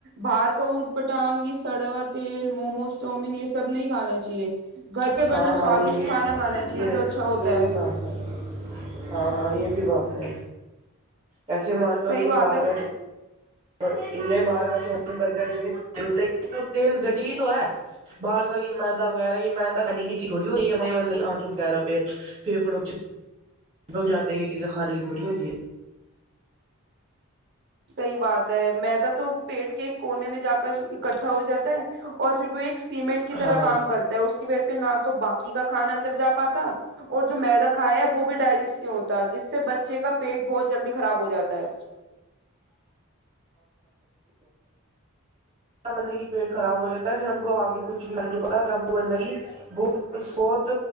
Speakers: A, on the right; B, on the right.
A: باہر کا ووٹ۔۔ پٹانگ یہ سڑا ہوا تیل، موموز، جومن۔۔۔ سب نہیں کھانا چاہیے۔ گھر پہ
B: ہاں
A: بنا
B: ہاں
A: سوادشت
B: یہ بھی
A: کھانا کھانا چاہیے
B: یہ
A: جو اچھا ہوتا
B: یہ بھی
A: ہے۔
B: بات ہے ہاں ہاں یہ بھی بات ہے۔ ایسے مان لو
A: صحیح
B: یہ
A: بات
B: باہر
A: ہے
B: کا۔۔۔ <inaudible> چپک جاتے ہیں یہ چیزیں کھانے کی تھوڑی ہوتی
A: صحیح بات ہے میں تو پیٹ کے کونے میں جا کر اکٹھا ہو جاتا ہے اور پھر وہ ایک سیمنٹ
B: ہے
A: کی طرح
B: ہاں ہاں
A: کام کرتا ہے اس ویسے نہ تو باقی کا کھانا اندر جا پاتا اور جو میں رکھا ہے وہ بھی کیوں ہوتا ہے جس سے بچے کا پیٹ بہت جلدی خراب ہو جاتا ہے
B: بندے کی پیٹ خراب ہو جاتا ہے صرف کو اگے کچھ بھی نہیں پتا لگی بہت